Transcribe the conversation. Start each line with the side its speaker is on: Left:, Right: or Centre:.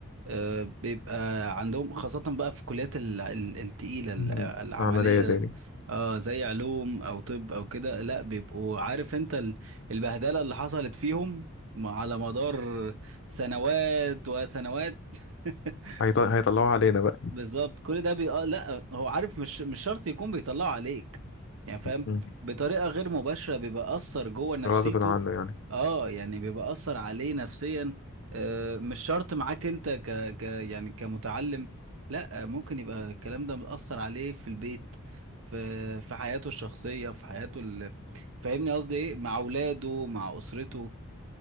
Right: آه، بيبقى عندهم خاصة بقى في الكليات ال- ال- التقيلة ال-
Left: مم.
Right: العملية
Left: عملية زي دي
Right: اه زي علوم او طب او كده لا بيبقوا عارف انت ال- البهدلة اللي حصلت فيهم على مدار سنوات وسنوات <laughs>
Left: هيط- هيطلعوا علينا بقى
Right: بالظبط كل ده بي... آه لا هو عارف مش مش شرط يكون بيطلعه عليك يعني فاهم
Left: مم.
Right: بطريقة غير مباشرة بيبقى أثر جوه نفسيته
Left: غصب عنه يعني
Right: اه يعني بيبقى أثر عليه نفسيا آه مش شرط معاك انت ك... ك يعني كمتعلم لا آه، ممكن يبقى الكلام ده مأثر عليه في البيت في في حياته الشخصية في حياته ال... فاهمني قصدي ايه مع أولاده مع أسرته